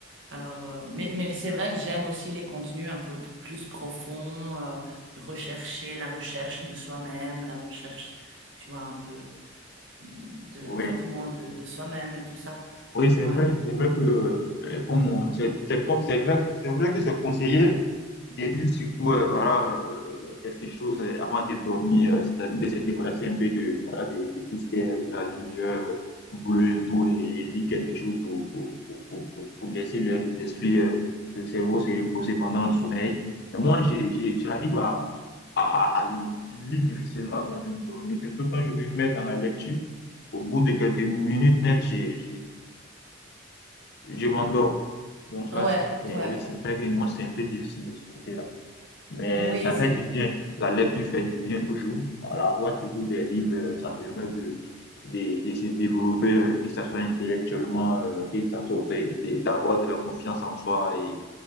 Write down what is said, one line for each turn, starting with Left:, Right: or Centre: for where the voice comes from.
Right: Alors, euh, mais, mais c'est vrai que j'aime aussi les contenus un peu p- plus profonds, euh, rechercher la recherche de soi-même, la recherche, tu vois, un peu de
Left: oui.
Right: l'accroissement
Left: oui.
Right: de, de soi-même et tout ça.
Left: Oui, c'est
Right: Ouais,
Left: vrai, c'est vrai que, euh, comme on- c'est c'est comme, c'est vrai, c'est vrai que c'est conseillé de lire surtout, euh, voilà, euh, quelque chose euh, avant de dormir, euh, c'est-à-dire de se débarrasser un peu de, voilà, de, de tout ce qui est de la lumière bleue et tout, et, lire quelque chose pour, pour, pour, pour, pour- pour laisser le- l'esprit, euh, le cerveau se reposer pendant le sommeil. Mais moi, j'ai- j'ai- j'arrive à, à, à lire difficilement avant de me dormir, surtout quand je me mets dans la lecture. Au bout de quelques minutes net, j'ai, je m'endors. Donc là,
Right: ouais,
Left: c'est, c'est-
Right: ouais.
Left: oui, c'est vrai que moi, c'est un peu difficile de ce côté-là. Mais
Right: Oui,
Left: ça
Right: c'est...
Left: fait du bien. La lecture fait du bien toujours. Voilà, voir surtout des livres, euh, ça permet de, de, de se développer, euh, que ça soit intellectuellement, euh, que ça soit euh, de- d'avoir de la confiance en soi et,